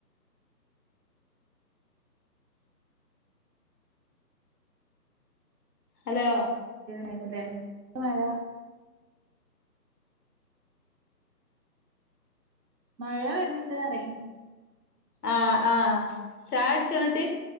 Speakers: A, on the left; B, on the right.
A: ഹലോ
B: <unintelligible> മഴാ മഴ വെര്ന്ന്ണ്ട്, അറെ
A: ആഹ് ആഹ് ചായട്ച്ചാൺട്ട്?